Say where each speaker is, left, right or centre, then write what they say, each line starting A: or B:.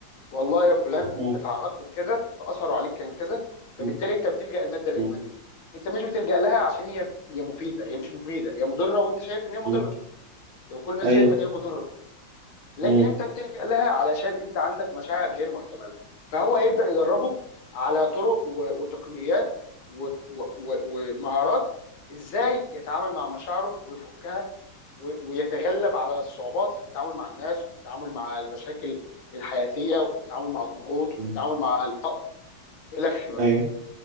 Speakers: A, on the left; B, on the right.
A: والله يا فلان
B: مم.
A: انت تعرضت لكذا فاثروا عليك كان كذا فبالتالي
B: مم.
A: انت بتلجأ الماده الادمانيه
B: مم.
A: انت مش بتلجأ لها عشان هي هي مفيده هي مش مفيده هي مضره وانت شايف ان هي مضره
B: مم.
A: وكل الناس
B: ايوه
A: شايفه ان هي مضره لكن
B: مم.
A: انت بتلجأ لها علشان انت عندك مشاعر غير محتمله فهو هيبدأ يدربه على طرق و- وتقنيات و- و- و- ومهارات ازاي يتعامل مع مشاعره ويفكها و- ويتغلب على الصعوبات في التعامل مع الناس وفي التعامل مع المشاكل الحياتية وفي التعامل مع الضغوط وفي
B: مم.
A: التعامل مع الفقر إلخ بقى
B: ايوه